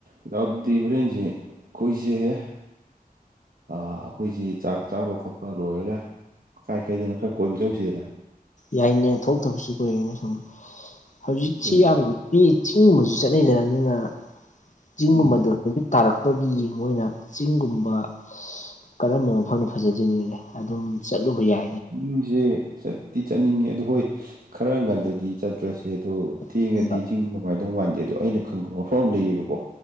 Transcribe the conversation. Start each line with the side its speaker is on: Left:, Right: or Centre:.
Right: ꯑꯗꯨ ꯑ ꯑꯗꯨꯗꯤ ꯍꯣꯔꯦꯟꯖꯤ ꯈꯣꯏꯖ‌ꯦ ꯑꯥ ꯑꯩꯈꯣꯏꯖꯤ ꯆꯥꯛ ꯆꯥꯕ ꯈꯣꯠꯄ ꯂꯣꯏꯔꯒ ꯀꯥꯏ ꯀꯥꯏꯗꯅꯣ ꯈꯔ ꯀꯣꯏꯕ ꯆꯧꯁꯤꯗꯅ
Left: ꯌꯥꯏꯅꯦ ꯊꯣꯛꯇꯕꯁꯨ ꯀꯨꯏꯔꯦꯅꯦ ꯁꯨꯝ ꯍꯧꯖꯤꯛꯁꯤ
Right: ꯑꯗꯨꯅꯦ
Left: ꯌꯥꯝꯅ ꯃꯤ ꯆꯤꯡꯒꯨꯝꯕꯖꯨ ꯆꯠꯅꯩꯗꯅ ꯑꯗꯨꯅ ꯆꯤꯡꯒꯨꯝꯕꯗꯣ
Right: ꯎꯝ
Left: ꯅꯨꯃꯤꯠ ꯇꯥꯔꯛꯄꯒꯤ ꯃꯣꯏꯅ ꯆꯤꯡꯒꯨꯝꯕ ꯀꯔꯝꯕ ꯃꯐꯝꯗ ꯐꯖꯗ‌ꯣꯏꯅꯤꯅ‌ꯦ ꯑꯗꯨꯝ ꯆꯠꯂꯨꯕ ꯌꯥꯏ
Right: ꯆꯤꯡꯖꯦ ꯆꯠꯇꯤ ꯆꯠꯅꯤꯡꯉꯦ ꯑꯗꯨ ꯍꯣꯏ ꯈꯔ ꯉꯜꯂꯗꯤ ꯆꯠꯂꯁꯤ ꯍ‌ꯦ ꯑꯗꯣ ꯊꯦꯡꯉꯗꯤ
Left: ꯈꯟꯕ
Right: ꯆꯤꯡꯗꯤ ꯅꯨꯡꯉꯥꯏꯗꯧ ꯃꯥꯟꯗꯦ ꯑꯗꯣ ꯑꯩꯅ ꯈꯪꯕ ꯃꯐꯝ ꯑꯝ ꯂꯩꯌꯦꯕꯀꯣ